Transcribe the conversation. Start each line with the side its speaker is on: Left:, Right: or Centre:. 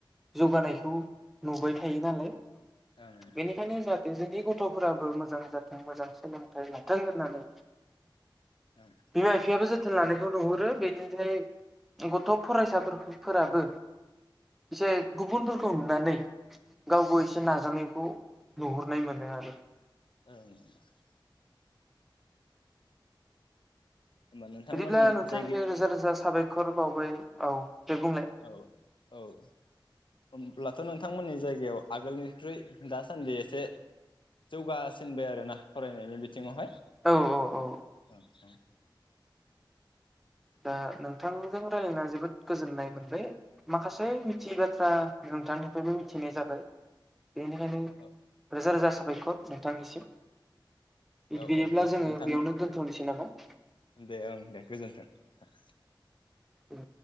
Centre: जौगानायखौ नुबाय थायो नालाय
Left: ओं
Centre: बेनिखायनो जा जुदि गथ'फोराबो मोजां जाथों मोजां सोलोंथाइ लाथों होननानै
Left: ओं
Centre: बिमा बिफायाबो जो जोथोन लानायखौ नुहुरो बेनिफ्राय गथ' फरायसाफोरखो फोराबो एसे गुबुनफोरखौ नुनानै गावबो एसे नाजानायखौ नुहुरनाय मोनो आरो।
Left: औ होमबा नोंथांमोननि
Centre: बिदिब्ला नोंथांनिफ्राय
Left: जायगा
Centre: रोजा रोजा साबायख खर बावबाय औ। दे बुंलाय
Left: औ औ होमब्लाथ' नोंथांमोननि जायगायाव आगोलनिख्रुइ दासान्दि एसे जौगासिनबाय आरो ना फरायनायनि बिथिंङावहाय।
Centre: औ औ औ
Left: औ औ
Centre: दा नोंथांजों रायज्लायना जोबोद गोजोननाय मोनबाय। माखासे मिथियै बाथ्रा नोंथांनिफ्रायबो मिथिनाय जाबाय। बेनिखायनो
Left: औ
Centre: रोजा रोजा साबायखर नोंथांनिसिम इद
Left: औ
Centre: बिदिब्ला
Left: औ दे
Centre: जोङो
Left: नोंथां
Centre: बेयावनो दोनथ'नोसै नामा? <inaudible>
Left: दे ओं दे गोजोन्थों। औ
Centre: ओं